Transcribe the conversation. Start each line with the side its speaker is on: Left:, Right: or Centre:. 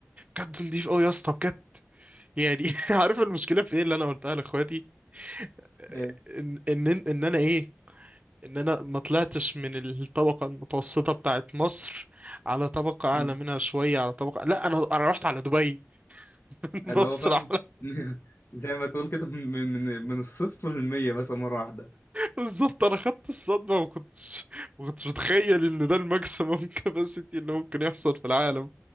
Right: بجد نضيف قوي يا اسطى بجد يعني <laughs> عارف المشكله في ايه اللي انا قلتها لاخواتي آه،
Left: إيه
Right: ان ان ان انا ايه ان انا ما طلعتش من الطبقه المتوسطه بتاعت مصر على طبقه اعلى
Left: مم.
Right: منها شويه على طبقه لا انا انا رحت على دبي <laughs> مصر
Left: اللي هو فاهم
Right: على
Left: <laughs> زي ما تقول كده من من من من الصفر للمية بس مرة واحدة
Right: بالظبط انا خدت الصدمه ما كنتش ما كنتش متخيل ان ده الماكسيمم <laughs> كاباسيتي اللي ممكن يحصل في العالم